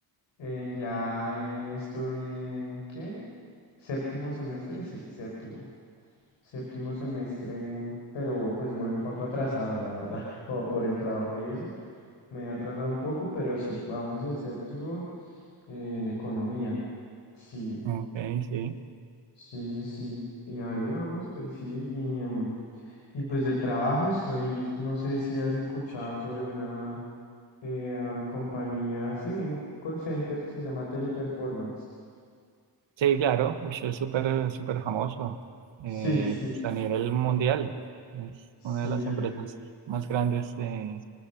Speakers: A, on the left; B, on the right.
A: en, ya estoy en, ¿qué? Séptimo semestre, sí, séptimo. Séptimo semestre, pero pues voy un poco atrasado, la verdad, <laughs> como por el trabajo y eso. Me he atrasado un poco, pero sí, vamos en séptimo eh, en economía. Sí.
B: Ok, sí.
A: Sí, sí, sí. Y ahí vamos, pues sí. Y, em, y pues del trabajo estoy, no sé si has escuchado sobre una eh, compañía, sí, un call center se llama Teleperformance.
B: Sí, claro, uy, es súper, súper famoso,
A: Sí,
B: eh,
A: sí,
B: pues a nivel mundial. Es
A: sí,
B: una de las
A: ahí.
B: empresas más grandes de,